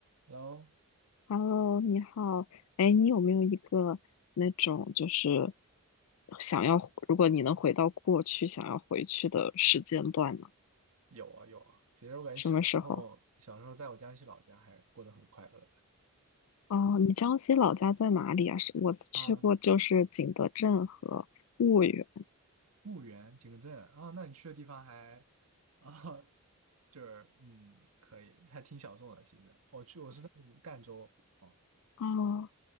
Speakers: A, on the right; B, on the left.
A: 然后
B: Hello，你好，哎，你有没有一个那种就是想要，如果你能回到过去，想要回去的时间段呢？
A: 有啊有啊，其实我感觉小时候小时候在我江西老家还过得很快乐的
B: 什么时候？哦，你江西老家在哪里啊？是我去过，
A: 啊，
B: 就是景德镇和婺源。
A: 婺源、景德镇啊，那你去的地方还啊，就是嗯，可以，还挺小众的。其实我去我是在赣州哦，
B: 哦